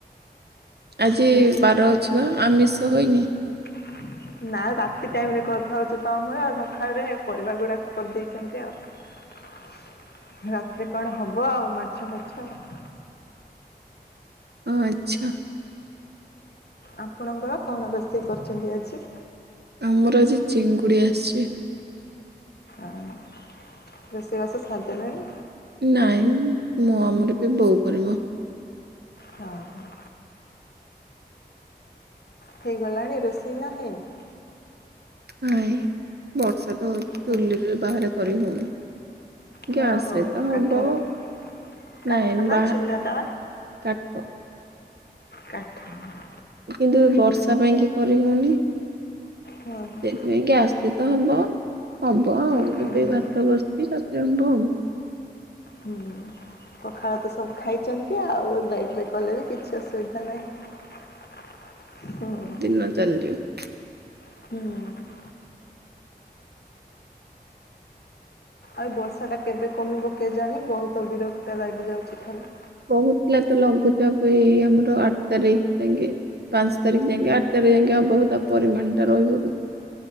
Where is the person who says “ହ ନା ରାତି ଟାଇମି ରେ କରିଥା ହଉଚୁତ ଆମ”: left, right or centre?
Left